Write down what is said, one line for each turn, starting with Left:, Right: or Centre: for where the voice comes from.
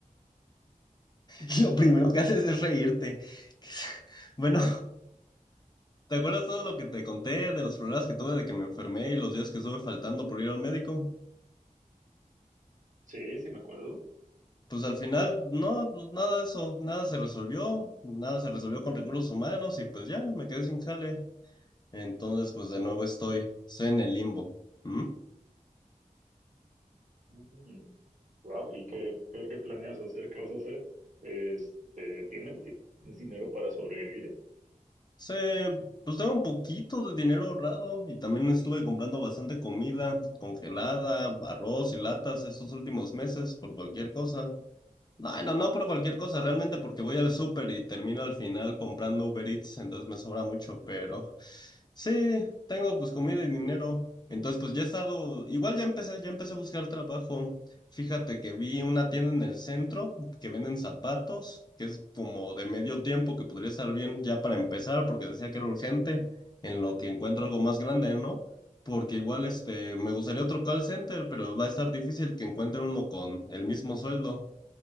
Left: Y
Right: Ajá,
Left: lo primero que haces es reírte. <laughs> Bueno, ¿te acuerdas todo lo que te conté de los problemas que tuve de que me enfermé y los días que estuve faltando por ir al médico?
Right: sí, sí me acuerdo.
Left: Pues al final, no, pues, nada de eso, nada se resolvió, nada se resolvió con recursos humanos y pues ya, me quedé sin jale. Entonces, pues de nuevo estoy, estoy en el limbo. ¿Mm?
Right: Mm, wow, ¿y qué, qué, qué planeas hacer? ¿Qué vas a hacer? Este, ¿tienes, tienes dinero para sobrevivir?
Left: Se, pues tengo un poquito de dinero ahorrado y también estuve comprando bastante comida congelada, arroz y latas estos últimos meses por cualquier cosa. No, no, no por cualquier cosa, realmente porque voy al súper y termino al final comprando Uber Eats, entonces me sobra mucho, pero sí, tengo pues comida y dinero. Entonces pues ya he estado, igual ya empecé, ya empecé a buscar trabajo. Fíjate que vi una tienda en el centro que venden zapatos, que es como de medio tiempo, que podría estar bien ya para empezar, porque decía que era urgente, en lo que encuentro algo más grande, ¿no? Porque igual este, me gustaría otro call center, pero va a estar difícil que encuentre uno con el mismo sueldo.